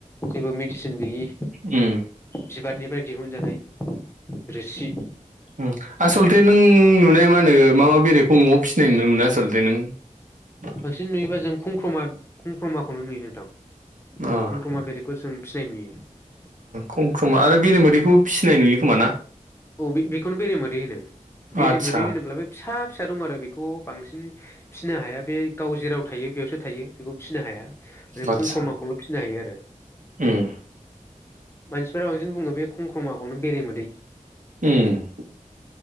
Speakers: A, on the left; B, on the right.
A: जेबो मेडिसिन गैयि
B: उम
A: बिबारनिफ्राय दिहुनजानाय रोसि
B: उम आसलथे नों नुनाय मा होनो माबा बेरखौ न'आव फिसिनाय नुनो मोनो आसलथे <unintelligible>
A: बांसिन नुयोबा जों खंख्रमा खंख्रमाखौनो नुयो नोंथां
B: अ ओ
A: खंख्रमा बेरेगखौ जों फिनाय नुयो
B: खम - खम आरो बेरे मोदैखौबो फिसिनाय नुयो खोमा ना
A: अ बेखौनो बेराय मादै होनो बेरे
B: आदसा
A: मोदै होनोब्लाबो फिसा- फिसा दं आरो बेखौ बांसिन फिसिनो हाया बे गाव जेराव थायो बेयावसो थायो बेखौ फिसिनो हाया माने
B: आदसा
A: खमख्रमाखौल' फिसिनो हायो आरो
B: उम
A: मानसिफोरा बांसिन बुंङो बे खंख्रमाखौनो बेरेमोदै
B: उम